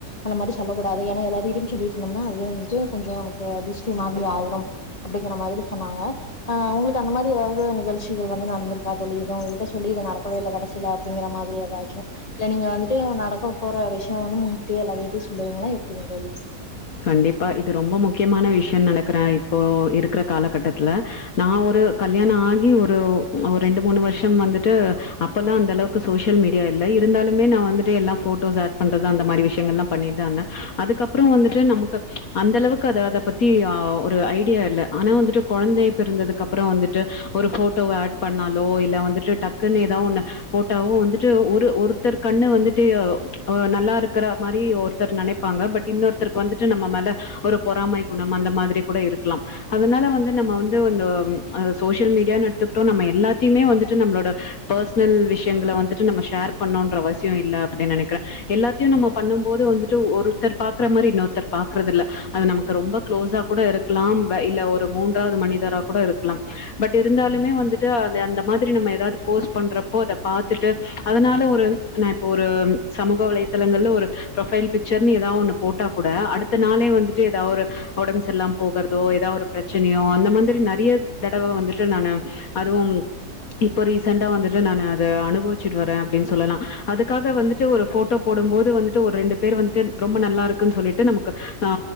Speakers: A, on the left; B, on the left.
A: அந்தமாத்ரி சொல்லகூடாது ஏன எல்லாத்கீட்யும் சொல்லிட்ருந்தம்னா அதுவே வந்துட்டு கொஞ்சோ நமக்கு அ திர்ஷ்டி மாத் ரி ஆயிரும் அப்டிங்கிற மாதிரி சொன்னாங்க ஆஹ் அவுங்ளுக்கு அந்த மாரி எதாவது நிகழ்ச்சிகள் வந்து நடந்திருக்கா தோழி இது உங்கிட்ட சொல்லி இது நடக்கவே இல்ல கடைசில அப்டிங்கற மாதிரி எதாச்சும் இல்ல நீங்க வந்துட்டு நடக்க போற விஷ்யோ வந்து முன்கூட்டியே எல்லாதுகிட்யு சொல்லுவீங்களா எப்டிங் தோழி
B: கண்டிப்பா இது ரொம்ப முக்கியமான விஷ்யன் நெனக்கிறா இப்போ இருக்ற காலகட்டத்ல நா ஒரு கல்யாண ஆகி ஒரு ஒர் ரெண்டு மூணு வர்ஷம் வந்துட்டு அப்பல்லா அந்த அளவுக்கு சோஷியல் மீடியா இல்ல இருந்தாலுமே நா வந்துட்டு எல்லா ஃபோட்டோஸ் ஆட் பண்றது அந்த மாரி விஷ்யங்கள்ல பண்ணிட்தா அதுக்கப்றோ வந்துட் டு நம்க்கு அந்தளவுக்கு அத அத பத்தி அ ஒரு ஐடியா இல்ல ஆனா வந்துட்டு கொழந்தை பிறந்ததுக் அப்புறோ வந்துட்டு ஒரு போட்டோ ஆட் பண்ணாலோ இல்ல வந்துட்டு டக்குன்னு எதாவ் ஒன்னு போட்டாவோ வந்துட்டு ஒரு ஒருத்தர் கண்ணு வந்துட்டு ஆஹ் நல்லாருக்கற மாரி ஒருத்தர் நெனைப்பாங்க பட் இன்னொருத் தர்க் வந்துட்டு நம்ம மேல ஒரு பொறாமை குணம் அந்த மாதிரி கூட இருக்லம். அதனால வந்து நம்ம வந்து வந்தாவ் சோஷியல் மீடியானு எடுத்துக்ட்டோ நம்ம எல்லாத்திமே வந்துட்டு நம்ளோட பர்சனல் விஷ் எங்கள வந்துட்டு நம்ம ஷேர் பண்ணோன்றவசியோ இல்ல அப்டி நெனைக்கிறே. எல்லாத்தியு நம்ம பண்ணும்போது வந்துட்டு ஒருத்தர் பாக் க்ற மாரி இன்னொருத்தர் பாக்குறதில்ல அது நமக்கு ரொம்ப க்ளோஸா கூட இருக்கலா வே இல்ல ஒரு மூன்றாது மனிதரா கூட இருக்கலா பட் இருந்தாலுமே வந்துட்டு அந் அந்த மாதிரி நம்ம எதாது போஸ்ட் பண்றப்போ அத பாத்துட்டு அதனால ஒரு நா இப்ப ஒரு சமூக வலைதளங்கள்ல ஒரு ஃப்ரொஃபைல் பிக்ச்சர்னு எதாவொண்ணு போட்டா கூட அடுத்த நாளே வந்துட்டு எதாவொரு ஒடம்பு செர்லாம போகறதோ எதாவொரு பிரச்சினையோ அந்த மாந்திரி நெறைய தடவ வந்துட்டு நானு அதுவு இப்ப ரீசண்ட்டா வந்துட்டு நானு அத அனுபவிச்சிட்டு வரே அப்டின்னு சொல்லலா அதுக்காக வந்துட்டு ஒரு போட்டோ போடும் போது வந்துட்டு ஒரு ரெண்டு பேரு வந்துட்டு ரொம்ப நல்லாருக் குன்னு சொல்லிட்டு நமக்கு ஆ